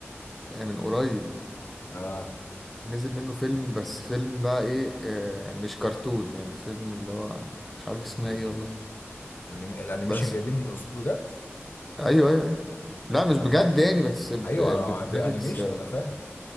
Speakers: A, in the centre; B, on the left (about 45°).
A: آه، من قريب
B: اه
A: نزل منه فيلم بس فيلم بقى ايه آه، مش كرتون يعني فيلم اللي هو مش عارف اسمه
B: ميكي
A: ايه والله
B: الانيم- الانيميشن
A: بس
B: جايبين قصاد بجد
A: ايوه ايوه ايوه لا مش بجد
B: ده بجد
A: يعني بس ب-
B: ايوه
A: بجرافيكس
B: انيميشن
A: اه
B: انا فاهم